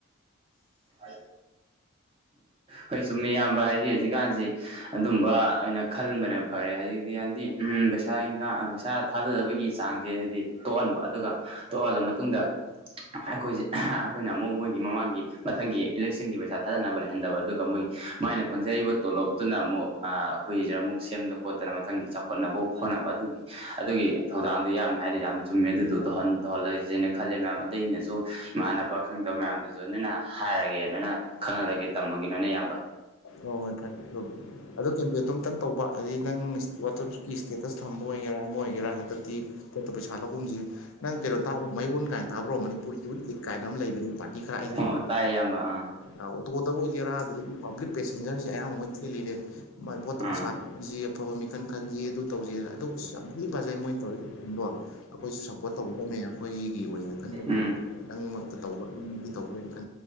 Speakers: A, on the right; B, on the left.
A: <inaudible> ꯍꯣꯢ ꯆꯨꯝꯃꯤ ꯏꯌꯥꯝꯕ ꯍꯥꯢꯗꯤ ꯍꯧꯖꯤꯛꯀꯥꯟꯖꯤ ꯑꯗꯨꯝꯕ ꯑꯣꯏꯅ ꯈꯜꯕꯅ ꯐꯔꯦ ꯍꯧꯖꯤꯛꯇꯤꯌꯥꯟꯗꯤ ꯎꯝ ꯄꯩꯁꯥ ꯏꯟꯒꯥꯡ ꯑ ꯄꯩꯁꯥ ꯊꯥꯗꯗꯕꯒꯤ ꯆꯥꯡꯁꯦ ꯍꯥꯏꯗꯤ ꯇꯣꯛꯍꯟꯕ ꯑꯗꯨꯒ ꯇꯣꯛꯍꯜꯂ ꯃꯇꯨꯡꯗ ꯑꯩꯈꯣꯏꯖꯤ ꯑꯩꯈꯣꯏꯅ ꯑꯃꯨꯛ ꯃꯣꯏꯒꯤ ꯃꯃꯥꯡꯒꯤ ꯃꯊꯪꯒꯤ ꯏꯂꯦꯛꯁꯟꯒꯤ ꯄꯩꯁꯥ ꯊꯥꯗꯅꯕ ꯂꯩꯍꯟꯗꯕ ꯑꯗꯨꯒ ꯃꯣꯏ ꯃꯥꯏꯅ ꯐꯪꯖꯔꯤꯕ ꯇꯣꯂꯣꯞꯇꯨꯅ ꯑꯃꯨꯛ ꯑꯥ ꯑꯩꯈꯣꯏꯖꯤꯅ ꯑꯃꯨꯛ ꯁꯦꯝꯗꯅ ꯈꯣꯠꯇꯅ ꯃꯊꯪꯒꯤ ꯆꯥꯎ ꯍꯣꯠꯅꯕꯧ ꯍꯣꯠꯅꯕ ꯑꯗꯨꯒꯤ ꯑꯗꯨꯒꯤ ꯊꯧꯗꯥꯡꯗꯨ ꯌꯥꯝꯅ ꯍꯥꯏꯗꯤ ꯌꯥꯝ ꯆꯨꯝꯃꯦ ꯑꯗꯨꯗꯣ ꯇꯧꯍꯟ ꯇꯧꯍꯜꯂꯣꯏꯖꯦꯅ ꯈꯜꯂꯦ ꯅꯥꯕ ꯑꯩꯅꯁꯨ ꯏꯃꯥꯟꯅꯕ ꯈꯪꯗꯕ ꯃꯌꯥꯝꯗꯨꯖꯨ ꯅꯨꯅ ꯍꯥꯏꯔꯒꯦꯅ ꯅꯅ ꯈꯪꯍꯜꯂꯒꯦ ꯇꯝꯑꯒꯤꯅꫭꯅꯦ ꯌꯥꯝꯕ꯫
B: ꯍꫭꯏ ꯍꫭꯏ ꯐꯩ <inaudible> ꯑꯗꯨ ꯀꯦꯝꯄꯦꯟꯗꯣ ꯑꯝꯇꯪ ꯇꯧꯕ ꯑꯗꯩ ꯅꯪ ꯋꯥꯆꯞꯀꯤ ꯏꯁ꯭ꯇꯦꯇꯁ ꯊꯝꯕ ꯑꯣꯏꯒꯦꯔꯥ ꯑꯃꯥ ꯑꯣꯏꯒꯦꯔꯥ ꯍꯟꯗꯛꯇꯤ ꯕꯣꯠꯇ ꯄꯩꯁꯥ ꯂꯧꯒꯨꯝꯖꯤ꯫ ꯅꯪ ꯀꯩꯅꯣ ꯇꯥꯕ ꯃꯩꯔꯣꯟ ꯀꯥꯏꯟ ꯇꯥꯕ꯭ꯔꯣ ꯃꯅꯤꯄꯨꯔ ꯌꯨꯠ ꯂꯤꯛ ꯀꯥꯏꯅ ꯑꯝ ꯂꯩꯕꯅꯤ ꯄꯥꯔꯇꯤ ꯈꯔ ꯑꯩꯟ ꯁꯨꯝ
A: ꯑꯣ ꯇꯥꯏꯌꯦ ꯏꯌꯥꯝꯕ ꯑꯥ꯫
B: ꯑ ꯑꯣꯇꯣꯗꯕꯨ ꯑꯣꯏꯒꯦꯔ ꯑꯗꯨꯝ ꯄꯥꯕ꯭ꯂꯤꯛ ꯄꯦꯁꯦꯟꯖꯔꯁꯦ ꯑꯌꯥꯝ ꯃꯣꯏ ꯊꯦꯂꯤꯔꯦ꯫ ꯃꯥꯏ ꯚꯣꯠꯇ
A: ꯑꯥ
B: ꯄꯩꯁꯥ ꯖꯤ ꯑꯐꯕ ꯃꯤꯈꯟ ꯈꯟꯁꯤ ꯑꯗꯨ ꯇꯧꯖꯦꯅ ꯑꯗꯨꯁ ꯌꯥꯝ ꯊꯤ ꯐꯖꯩ ꯃꯣꯏ ꯇꯧꯔꯤ ꯕ꯭ꯋꯥ꯫ ꯑꯈꫭꯏꯁꯨ ꯁꯞ ꯕꯣꯠ ꯇꯧꯒꯗꯝꯅꯦ ꯑꯩꯈꯣꯏꯒꯤ ꯑꯣꯏꯅ ꯈꯟ
A: ꯎꯝ
B: <inaudible> ꯅꯪꯃꯛꯇ ꯇꯧꯕ ꯑꯩꯒꯤ ꯇꯧꯕ ꯑꯣꯏꯅ